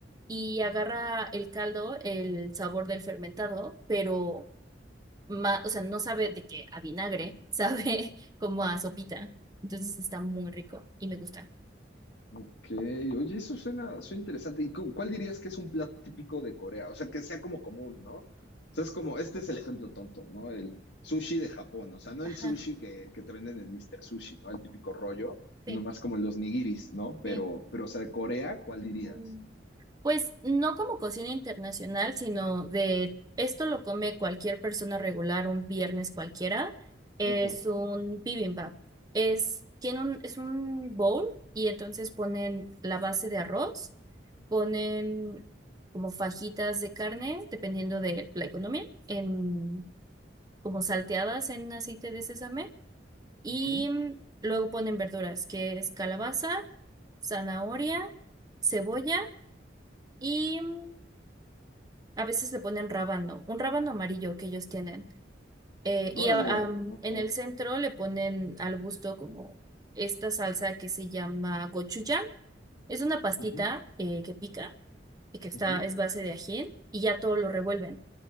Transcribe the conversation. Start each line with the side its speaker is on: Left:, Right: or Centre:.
Right: y agarra el caldo el sabor del fermentado, pero ma- o sea, no sabe de que a vinagre, <laughs> sabe como a sopita. Entonces está muy rico y me gusta.
Left: Ok. Oye, eso suena, suena interesante. ¿Y cu- cuál dirías que es un plato típico de Corea? O sea, que sea como común, ¿no? O sea, es como, este es el ejemplo tonto, ¿no? El sushi de Japón. O sea, no
Right: Ajá,
Left: el sushi que, que te venden en Mr. Sushi, ¿no? El típico rollo, sino
Right: sí,
Left: más como los nigiris, ¿no? Pero,
Right: sí.
Left: pero, o sea, de Corea, ¿cuál dirías?
Right: Mm, Pues no como cocina internacional, sino de esto lo come cualquier persona regular un viernes cualquiera. Es
Left: Ajá.
Right: un bibimbap. Es, tiene un, es un bowl y entonces ponen la base de arroz, ponen como fajitas de carne, dependiendo de la economía, en, como salteadas en aceite de sésamo Y
Left: Ujú.
Right: luego ponen verduras, que es calabaza, zanahoria, cebolla y mm, a veces le ponen rábano, un rábano amarillo que ellos tienen. Eh,
Left: Órale.
Right: y a- am,
Left: Ajá.
Right: en el centro le ponen al gusto como esta salsa que se llama gochujang. Es una pastita
Left: Ujú,
Right: eh, que pica y que está,
Left: ujú.
Right: es base de ají, y ya todo lo revuelven.